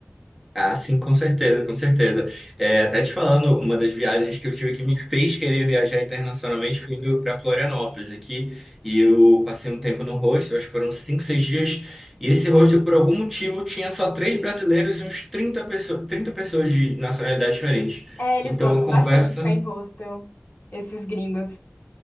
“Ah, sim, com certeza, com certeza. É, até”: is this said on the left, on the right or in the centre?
Centre